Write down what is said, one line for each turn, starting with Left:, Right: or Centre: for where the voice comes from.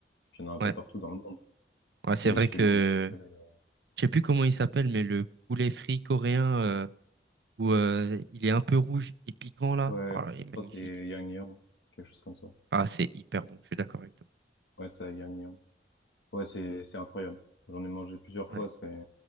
Left: Il y en a un
Right: Ouais.
Left: peu partout dans le monde.
Right: Ouais, c'est
Left: Mais
Right: vrai
Left: celui
Right: que
Left: que j'ai préféré, euh,
Right: je sais plus comment il s'appelle, mais le poulet frit coréen. euh, où euh, il est un peu rouge et piquant là.
Left: ouais,
Right: Ah,
Left: je
Right: il est magnifique.
Left: crois que c'est Yangyang, quelque chose comme ça.
Right: Ah, c'est hyper bon, je suis d'accord avec toi.
Left: Ouais, ça à Yangyang. Ouais, c'est c'est incroyable. J'en ai mangé plusieurs fois,
Right: Ouais.
Left: c'est